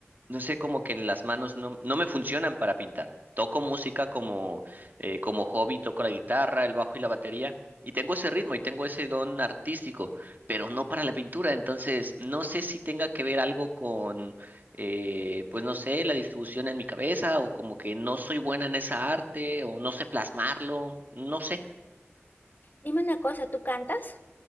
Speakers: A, on the right; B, on the left.
A: no sé, como que en las manos no, no me funcionan para pintar. Toco música como, eh, como hobby, toco la guitarra, el bajo y la batería, y tengo ese ritmo y tengo ese don artístico, pero no para la pintura. Entonces, no sé si tenga que ver algo con, eh, pues no sé, la distribución en mi cabeza, o como que no soy buena en esa arte, o no sé plasmarlo, no sé.
B: Dime una cosa, ¿tú cantas?